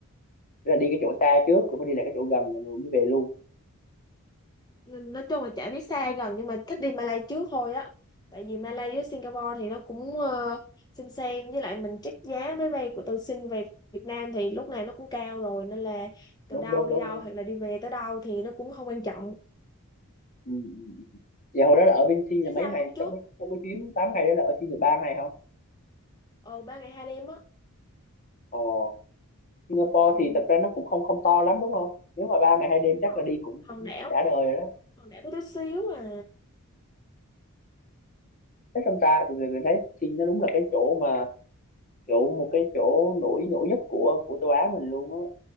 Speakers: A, on the left (about 35°); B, on the left (about 20°).
A: tức là đi cái chỗ xa trước rồi mới đi lại cái chỗ gần rồi mới về luôn
B: Nên nói chung là chả biết xa gần nhưng mà thích đi Malay trước thôi á tại vì Malay với Singapore thì nó cũng ờ, xem xem với lại mình check giá máy bay của tôi xin về Việt Nam thì lúc này nó cũng cao rồi nên là từ
A: đúng
B: đâu
A: đúng
B: đi
A: đúng
B: đâu
A: đúng
B: hoặc là đi về tới đâu thì nó cũng không quan trọng
A: ừ. ừ, ừ. vậy hồi đó là ở bên Sing
B: thế
A: là mấy
B: sao
A: ngày
B: hôm trước
A: trong cái trong cái chuyến 8 ngày đó là ở Sing được 3 ngày không
B: ờ ba ngày hai đêm á
A: ồ Singapore
B: ừ,
A: thì thật ra nó cũng không không to lắm đúng không nếu mà ba ngày hai đêm
B: đúng
A: chắc
B: rồi
A: là đi cũng
B: hòn
A: cũng
B: đảo
A: đã đời rồi đó
B: hòn đảo có tí xíu à
A: Thích trong ta? thì mình thấy Trinh nó đúng là cái chỗ mà kiểu một cái chỗ nổi nổi nhất của của châu Á mình luôn á.